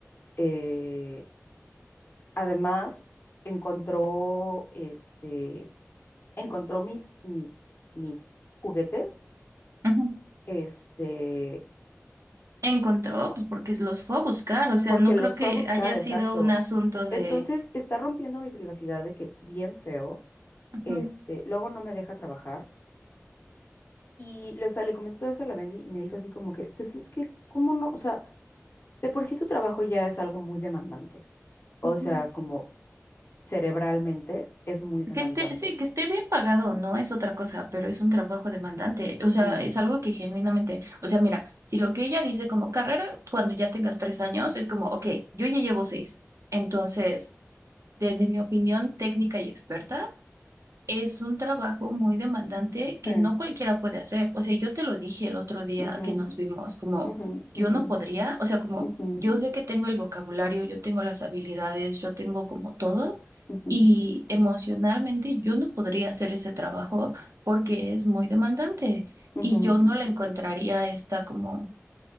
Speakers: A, on the left (about 45°); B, on the right (about 70°).
A: Eh, además, encontró, este, encontró mis, mis, mis juguetes,
B: ujú.
A: este,
B: Encontró, pues porque los fue a buscar, o sea,
A: porque
B: no
A: los
B: creo que
A: fue a buscar,
B: haya sido
A: exacto.
B: un asunto de...
A: Entonces, está rompiendo mi privacidad de que bien feo,
B: Ujú,
A: este, luego no me deja trabajar. Y, le- o sea, le comenté todo eso a la Mendy y me dijo así como que, pues es que, ¿cómo no? O sea, De por sí tu trabajo ya es algo muy demandante. O
B: ujú.
A: sea, como cerebralmente es muy demandante.
B: Que esté, sí, que esté bien pagado, no es otra cosa, pero es un trabajo demandante.
A: Ujú,
B: O sea, es algo que genuinamente, o sea, mira, si lo que ella dice como carrera, cuando ya tengas tres años, es como, ok, yo ya llevo seis. Entonces, desde mi opinión técnica y experta, es un trabajo muy demandante que
A: Sí.
B: no cualquiera puede hacer. O sea, yo te lo dije el otro día
A: ujú,
B: que nos vimos, como
A: ujú,
B: yo
A: ujú,
B: no podría, o sea, como
A: ujú,
B: yo sé que tengo el vocabulario, yo tengo las habilidades, yo tengo como todo,
A: ujú,
B: y emocionalmente yo no podría hacer ese trabajo porque es muy demandante
A: ujú,
B: y yo no le encontraría esta como